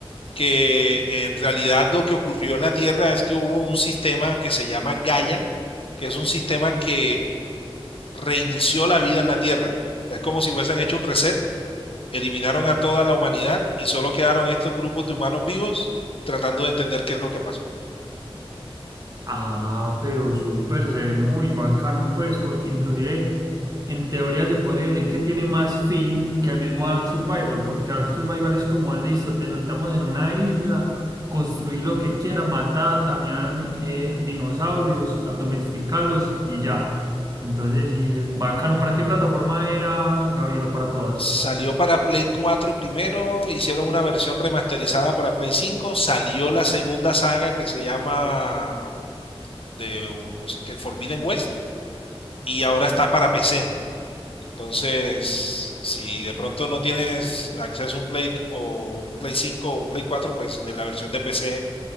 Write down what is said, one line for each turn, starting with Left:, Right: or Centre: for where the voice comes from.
Left: que en realidad lo que ocurrió en la Tierra es que hubo un sistema que se llama Gaia, que es un sistema que reinició la vida en la Tierra. O sea, es como si hubiesen hecho un reset eliminaron a toda la humanidad y solo quedaron estos grupos de humanos vivos tratando de entender qué es lo que pasó.
Right: Ah, pero súper, se ve muy bacano, pues, porque inclusive en teoría se podría decir que tiene más fin que el mismo Ark Survival, porque Ark Survival es como, listo, te soltamos en una isla, construí lo que quiera, mata, también dinosaurios, ah, domesticalos y ya. Entonces, sí, dices, bacano, ¿para qué plataforma era, Gabrielo? Para todas.
Left: Salió para Play 4 primero, hicieron una versión remasterizada para Play cinco salió la segunda saga que se llama o de o no sé qué, Forbidden West, y ahora está para PC. Entonces, si de pronto no tienes acceso a un Play o un Play 5 o un Play cuatro pues eh, la versión de PC